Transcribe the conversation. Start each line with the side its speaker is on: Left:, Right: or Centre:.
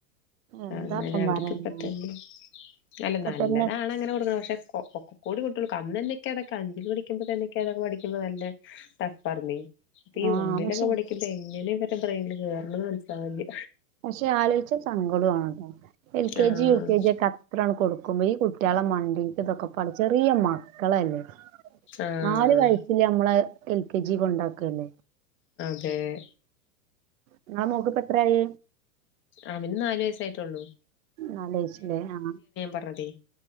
Right: എന്താപ്പം
Left: അങ്ങനെ അവർക്കിപ്പ
Right: പറയാന്
Left: തന്നെ അല്ല
Right: ഇപ്പ
Left: നല്ലതാണ്
Right: തന്നെ
Left: അങ്ങനെ കൊടുക്ക്ണ പക്ഷെ ഒക്കെ കൂടി കിട്ടോ ഇക്കന്നന്നെ അതൊക്കെ അഞ്ചിൽ പടിക്കുമ്പോ തന്നെ ഇക്കതൊക്കെ പഠിക്കുമ്പോ നല്ല ടഫ് ആർനെ അപ്പൊ ഈ
Right: ആഹ്
Left: ഒന്നിലൊക്കെ
Right: പക്ഷെ
Left: പഠിക്കുമ്പോ എങ്ങനെ ഇർവടെ ബ്രെയിൽ കേർണ് ന്ന് മനസ്സിലാവ്ണില്ല
Right: പക്ഷെ ആലോചിച്ച സങ്കടണതോ എൽ കെ
Left: ആഹ്
Right: ജി യു കെ ജി ഒക്കെ അത്രാണ് കൊടുക്കുമ്പോ ഈ കുട്ടിയാൾ മണ്ടി ഇതൊക്കെ പ ചെറിയ മാ ക്കളല്ലേ
Left: ആഹ്
Right: നാല് വയസില് നമ്മള എൽ കെ ജി കൊണ്ടാക്കല്ലേ
Left: തേ
Right: നിങ്ങളെ മോക്ക് ഇപ്പ എത്രയായി
Left: അവന് നാല് വയസായിറ്റൊള്ളു
Right: നാല് വയസിലെ ആ
Left: പറഞ്ഞതേ